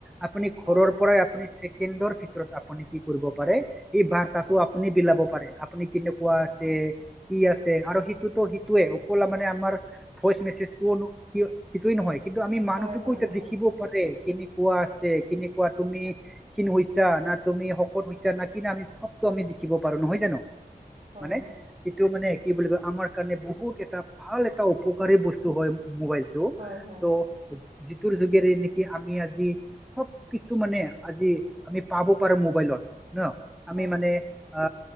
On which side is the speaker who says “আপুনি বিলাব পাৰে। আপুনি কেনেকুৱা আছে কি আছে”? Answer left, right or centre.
Centre